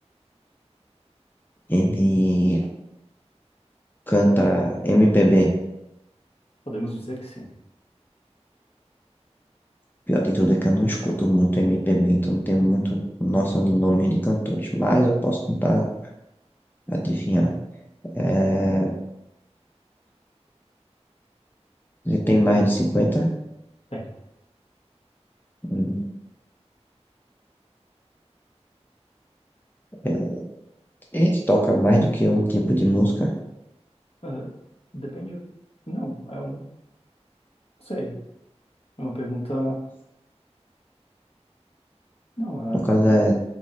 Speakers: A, on the left (about 15°); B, on the left (about 60°).
A: Ele canta MPB.
B: Podemos dizer que sim.
A: Pior de tudo é que eu não escuto muito MPB, então não tenho muito noção de nomes de cantores, mas eu posso tentar adivinhar. É, ele tem mais de 50.
B: Tem.
A: hum, é, Ele toca mais do que um tipo de música.
B: É, depende. Não, é um. Não sei. É uma pergunta. Não, é.
A: No caso, é,